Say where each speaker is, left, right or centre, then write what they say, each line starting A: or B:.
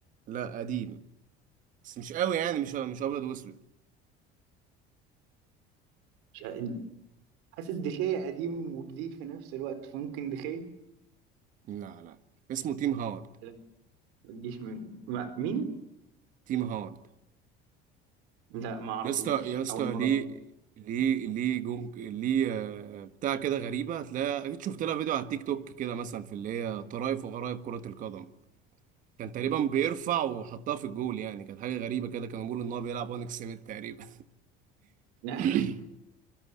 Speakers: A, on the right; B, on the right.
A: لا قديم بس مش قوي يعني مش مش ابيض واسود
B: مش حاسس دخية قديم وجديد في نفس الوقت فممكن دخية
A: لا لا اسمه تيم هاورد
B: لا ما تجيش من ما مين
A: تيم هاورد
B: لا ما اعرفوش
A: يا اسطى يا اسطى
B: اول مرة
A: ليه ليه ليه جون ليه آه، بتاع كده غريبة هتلاقي أكيد شفت لها فيديو على التيك توك كده مثلا في اللي هي طرائف وغرائب كرة القدم كان تقريبا بيرفع وحطها في الجول يعني كانت حاجة غريبة كده كانوا بيقولوا إن هو بيلعب وان اكسبت تقريبا
B: <laughs> لا
A: <laughs>